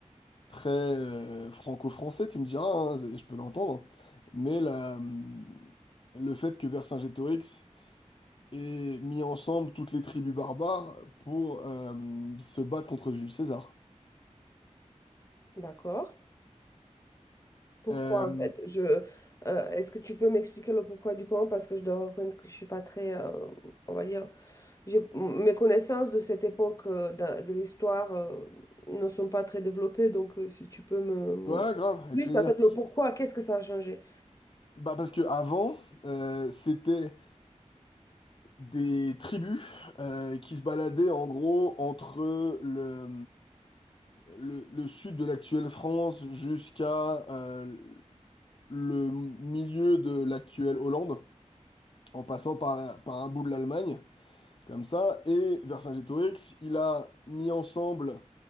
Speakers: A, on the left; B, on the left.
A: très euh, franco-français. Tu me diras, hein, je peux l'entendre. Mais la, hum, le fait que Vercingétorix ait mis ensemble toutes les tribus barbares pour euh, se battre contre Jules César.
B: D'accord. Pourquoi,
A: Euh,
B: en fait? Je, euh, est-ce que tu peux m'expliquer le pourquoi du comment? Parce que je dois reconnaître que je suis pas très, euh, on va dire, j'ai- mes connaissances de cette époque euh, de, de l'histoire euh, ne sont pas très développées. Donc, euh, si tu peux me, me-
A: ouais, grave, avec
B: Plus,
A: plaisir.
B: en fait, le pourquoi, qu'est-ce que ça a changé?
A: Bah parce que avant, euh, c'était des tribus euh, qui se baladaient en gros entre le, le, le sud de l'actuelle France jusqu'à euh, le milieu de l'actuelle Hollande, en passant par, la- par un bout de l'Allemagne, comme ça, et Vercingétorix, il a mis ensemble